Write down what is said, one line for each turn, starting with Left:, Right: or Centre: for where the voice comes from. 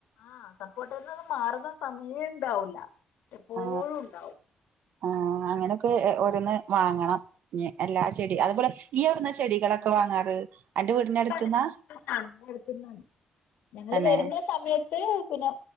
Left: ആ സപ്പോട്ടേന്നൊന്നും മാറുന്ന സമയേ ഇണ്ടാവൂല എപ്പോഴും
Right: ആ
Left: ഉണ്ടാവും
Right: ആ അങ്ങനൊക്കെ ഓരോന്ന് വാങ്ങണം ഇഞ്ഞ് എല്ലാ ചെടി അതുപോലെ ഇയ്യെവിടുന്നാ ചെടികളൊക്കെ വാങ്ങാറ് അന്റെ വീടിനടുത്തുന്നാ
Left: അത് ഇവ്ടെ അടുത്ത്ന്നാണ് അടുത്ത്ന്നാണ് ഞങ്ങള്
Right: തന്നെ
Left: വരുന്ന സമയത്ത് പിന്നെ